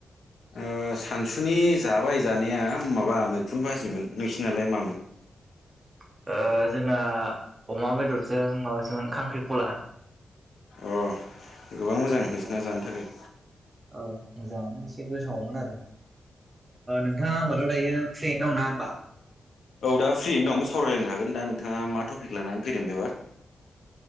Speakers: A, on the left; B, on the right.
A: ओ सानसुनि जाबाय जानाया माबा मैखुन भाजिमोन नोंसिनालाय मामोन
B: <inaudible> ओ जोंना अमा बेदरजों माबाजों खांख्रि खला
A: अ गोबां मोजां नोंसिना
B: औ
A: जानो थाखाय
B: औ मोजाङानो एसे गोथावमोन आरो नोंथाङा होमबाथ' दायो फ्रियैनो दंना होमबा
A: औ दा फ्रिनो दं सावरायलायनो हागोन दा नोंथाङा मा टपिक लानानै फैदों बेबा